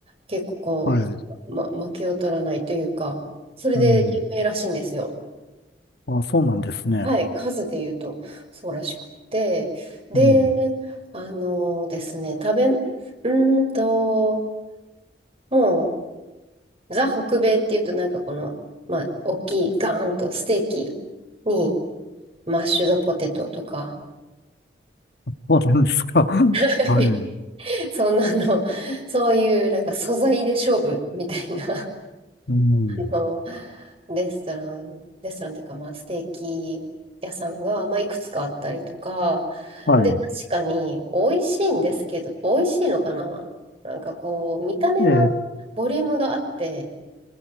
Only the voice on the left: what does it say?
え。はい。
うん。あ、そうなんですね。
うん。
そうなんですか。<laughs>
はい。
うん。
はい。
ええ、